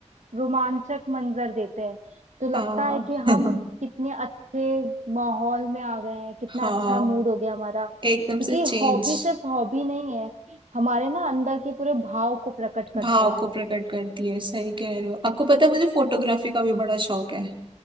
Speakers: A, on the right; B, on the right.
A: रोमांचक मंजर देते हैं तो लगता
B: हाँ
A: है कि
B: <laughs>
A: हम कितने अच्छे माहौल में आ गए हैं कितना
B: हाँ
A: अच्छा मूड हो गया हमारा
B: एकदम
A: क्योंकि
B: से चेंज
A: हॉबी सिर्फ हॉबी नहीं है हमारे ना अंदर के पूरे भाव को प्रकट करता
B: भाव को
A: है
B: प्रकट करती है सही कह रहे हो आपको पता है मुझे फोटोग्राफी का भी बड़ा शौक है